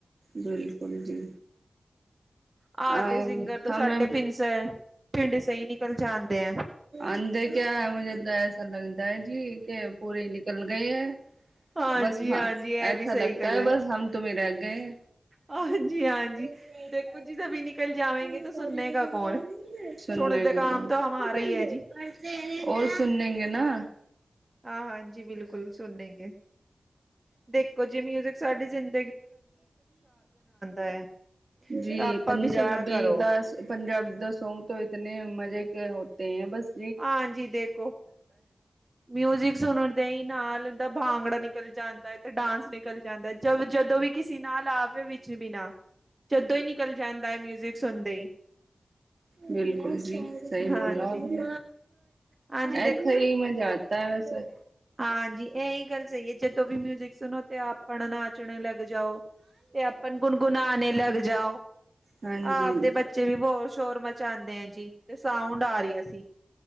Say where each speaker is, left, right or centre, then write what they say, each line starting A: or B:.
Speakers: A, on the right (about 55°); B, on the right (about 30°).
A: ਬਿਲਕੁੱਲ ਜੀ।
B: ਆਦੇ
A: ਅ
B: ਸਿੰਗਰ ਤੋਂ
A: ਹਮੇ
B: ਸਾਡੇ ਪਿੰਨ ਸੈਂ ਪਿੰਡ ਸੇ ਈ ਨਿਕਲ ਜਾਂਦੇ ਐ।
A: ਅੰਧੇ ਕਿਆ ਮੁਝੇ ਤਾਂ ਐਸਾ ਲਗਦਾ ਐ ਜੀ ਕੇ ਪੂਰੀ ਨਿਕਲ ਗਏ ਐ।
B: ਹਾਂਜੀ-ਹਾਂਜੀ
A: ਬਸ ਹਾਂ
B: ਇਹ
A: ਐਥਾ
B: ਵੀ ਸਹੀ
A: ਲਗਤਾ
B: ਗੱਲ
A: ਐ
B: ਹੈ
A: ਬਸ ਹਮ ਤੁਮੇ ਈ ਰਿਹ ਗੇ। <inaudible>
B: ਹਾਂਜੀ-ਹਾਂਜੀ।
A: <unintelligible>
B: ਦੇਖੋ ਜੀ ਸਭੀ ਨਿਕਲ ਜਾਵੇਂਗੇ ਤੋ ਸੁਣਨੇ ਕਾ ਕੌਣ ਸੁਣਦੇ ਕਾ ਹਮ ਤਾਂ ਹਮਾਰਾ ਹੀ ਹੈ ਜੀ।
A: ਓ ਸੁਣੇ ਗੇ ਨਾ
B: ਹਾਂ ਹਾਂਜੀ ਬਿਲਕੁੱਲ ਸੁਣੇ ਗੇ, ਦੇਖੋ ਜੀ ਮਿਊਜਿਕ ਸਾਡੀ ਜ਼ਿੰ ਹੈ।
A: ਜੀ
B: ਤਾਂ ਆਪਾਂ
A: ਪੰਜਾਬੀ
B: ਵੀ ਸੁਣਾ ਕਰੋ
A: ਦੀ ਬਸ ਪੰਜਾਬੀ ਦਾ ਸੌਂਗ ਤੋਂ ਇਤਨੇ ਮਜ਼ੇ ਕੇ ਹੋਤੇ ਹੈ ਬਸ
B: ਆਂਜੀ ਦੇਖੋ ਮਿਊਜਿਕ ਸੁਣਨ ਦੇ ਈ ਨਾਲ ਦਾ ਭਾਂਗੜਾ ਨ ਨਿਕਲ ਜਾਂਦਾ ਤੇ ਡਾਂਸ ਨਿਕਲ ਜਾਂਦਾ ਜਬ ਜਦੋਂ ਵੀ ਕਿਸੇ ਨਾਲ ਆਵੇ ਵਿੱਚ ਵੀਨਾਂ। ਜਦੋਂ ਈ ਨਿਕਲ ਜਾਂਦਾ ਐ ਮਿਊਜਿਕ ਸੁਣਦੇ ਈ।
A: ਬਿਲਕੁੱਲ ਜੀ ਸਈ
B: ਹਾਂਜੀ।
A: ਬੋਲ ਆਪ ਨੇ,
B: ਹਾਂਜੀ
A: ਐਥੇ ਈ ਮਜ਼ਾ ਆਤਾ ਵ ਸੇ
B: ਆਜੀ ਏ ਈ ਗੱਲ ਸਈ ਐ ਜਦੋਂ ਵੀ ਮਿਊਜਿਕ ਸੁਣੋ ਤੇ ਆਪਾਂ ਨਾਚਣੇ ਲੱਗ ਜਾਓ ਤੇ ਆਪਣ ਗੁਨ ਗੁਣਾਣੇ ਲੱਗ ਜਾਓ।
A: ਹਾਂਜੀ।
B: ਆਪ ਦੇ ਬੱਚੇ ਵੀ ਬੋਰ ਸ਼ੋਰ ਮਚਾਉਂਦੇ ਐ ਜੀ ਤੇ ਸਾਊਂ ਢਾਰ ਲਿਆ ਸੀ।